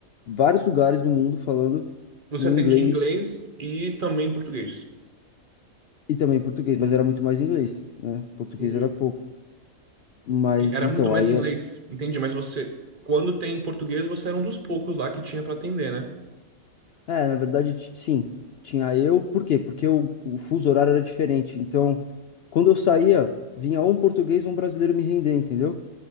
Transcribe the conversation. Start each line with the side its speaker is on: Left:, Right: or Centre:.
Left: vários lugares do mundo falando
Right: Você
Left: no
Right: atende
Left: inglês
Right: em inglês e também em português.
Left: e também português, mas era muito mais inglês, né? Português
Right: Entendi.
Left: era pouco. Mas
Right: E Era
Left: então,
Right: muito mais
Left: aí.
Right: em inglês,
Left: É,
Right: entendi. Mas você, quando tem em português, você era um dos poucos lá que tinha pra atender, né?
Left: é, na verdade, ti- sim, tinha eu. Por quê? Porque o, o fuso horário era diferente. Então, quando eu saía, vinha ou um português ou um brasileiro me render, entendeu?